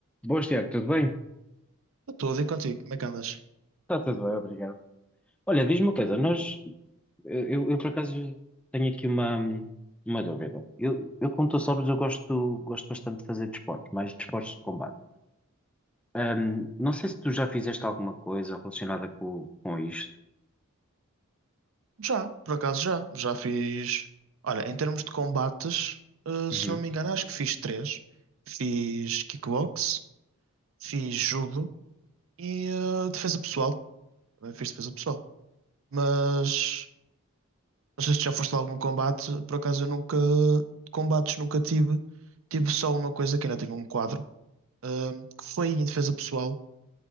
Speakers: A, in the centre; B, on the right.
A: Boas, Tiago, tudo bem?
B: Eu Estou a dizer contigo, como é que andas?
A: Está tudo bem, obrigado. Olha, diz-me uma coisa, nós, eu, eu por acaso tenho aqui uma, uma dúvida. Eu, eu, como tu sabes, eu gosto, gosto bastante de fazer desporto, mais desportos de combate. Ahm, não sei se tu já fizeste alguma coisa relacionada com, com isto.
B: Já, por acaso já. Já fiz. Olha, em termos de combates, eh,
A: Uhum,
B: se não me engano, acho que fiz três. Fiz kickbox, fiz judo e eh, defesa pessoal. Também fiz defesa pessoal. Mas não sei se já foste a algum combate. Por acaso eu nunca. Combates nunca tive. Tive só uma coisa que ainda tive um quadro, eh, que foi em defesa pessoal,